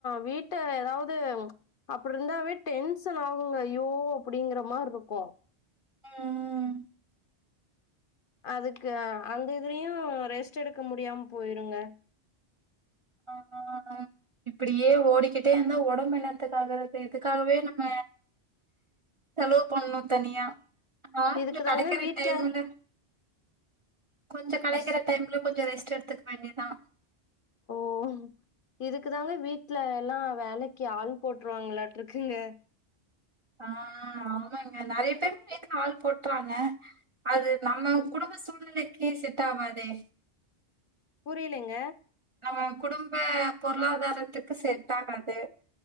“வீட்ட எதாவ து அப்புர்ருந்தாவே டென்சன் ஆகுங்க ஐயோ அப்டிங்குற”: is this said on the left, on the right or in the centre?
Left